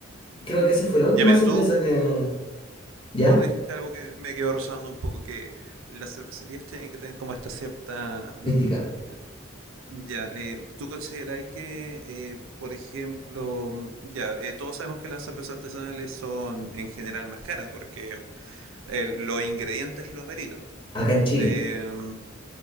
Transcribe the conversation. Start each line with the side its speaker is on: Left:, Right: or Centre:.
Left: Creo que esa fue la última
Right: Ya mira,
Left: cerveza
Right: tú,
Left: que... ¿Ya?
Right: tú dijiste algo que me quedó resonando un poco, que las cervecerías tienen que tener como esta cierta mística.
Left: Mística.
Right: Ya, eh, ¿tú consideráis que, eh, por ejemplo, mm, ya, eh, todos sabemos que las cervezas artesanales son en general más caras porque eh, los ingredientes lo ameritan?
Left: Acá en Chile.
Right: Em,